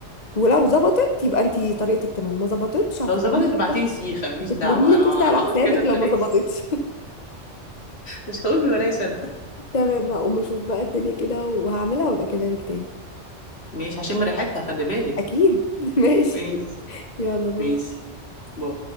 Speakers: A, on the left; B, on the left.
A: ولو ظبطت يبقى انت طريقتك تمام ما ظبطتش
B: لو
A: هتطلبي
B: ظبطت
A: لي كفته
B: ابعتي لي سيخه ماليش
A: هتطلبي
B: دعوه
A: لي
B: انا
A: كفته على
B: هقول
A: حسابك
B: كده ببلاش
A: لو ما ظبطتش
B: مش هقول ببلاش انا
A: <laughs> تمام هقوم اشوف بقى الدنيا كده وهعملها وابقى اكلمك تاني
B: ماشي هشم ريحتها خلي بالك
A: اكيد <laughs> ماشي
B: ماشي
A: يلا باي
B: ماشي باي.